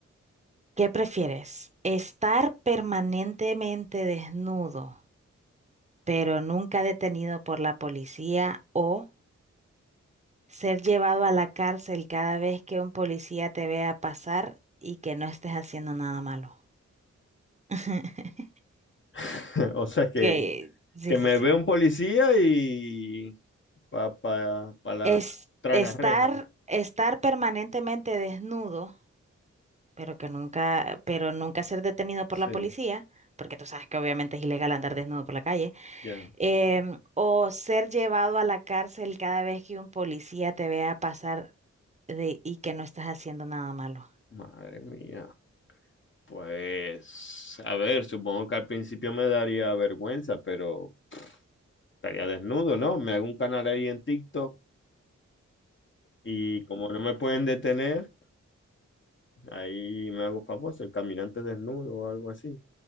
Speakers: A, on the right; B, on the left.
A: ¿Qué prefieres? ¿Estar permanentemente desnudo, pero nunca detenido por la policía o ser llevado a la cárcel cada vez que un policía te vea pasar y que no estés haciendo nada malo? <laughs>
B: <laughs> O sea que,
A: que, sí,
B: que me
A: sí, sí.
B: ve un policía y para pa, pa la,
A: Es
B: tras
A: estar,
B: las rejas.
A: estar permanentemente desnudo, pero que nunca, pero nunca ser detenido por
B: Sí,
A: la policía, porque tú sabes que obviamente es ilegal andar desnudo por la calle,
B: ya.
A: em, o ser llevado a la cárcel cada vez que un policía te vea pasar de, y que no estás haciendo nada malo.
B: Madre mía. Pues, a ver, supongo que al principio me daría vergüenza, pero estaría desnudo, ¿no? Me hago un canal ahí en TikTok y como no me pueden detener, Ahí me hago famoso, el caminante desnudo o algo así.